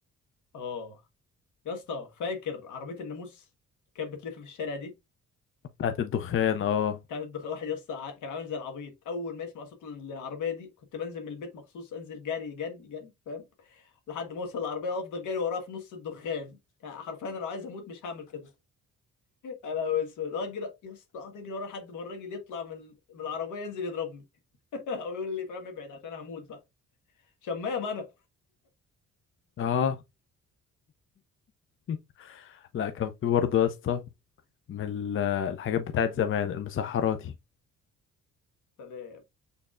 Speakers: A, on the left; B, on the left.
A: اه يا اسطى فاكر عربيه الناموس كانت بتلف في الشارع دي
B: بتاعت الدخان اه
A: كان الدخ- واحد يس كان عامل زي العبيط اول ما يسمع صوت العربيه دي كنت بنزل من البيت مخصوص انزل جري جري جري فاهم لحد ما اوصل العربيه وافضل جري وراها في نص الدخان يعني حرفيا انا لو عايز اموت مش هعمل كده انا اسود اجري يا اسطى اقعد اجري ورا لحد ما الراجل يطلع من من العربيه ينزل يضربني <laughs> او يقول لي فاهم ابعد عشان هموت بقى شمام انا
B: اه <laughs> لا كان في برضه يا اسطى من ال- الحاجات بتاعت زمان المسحراتي
A: سلام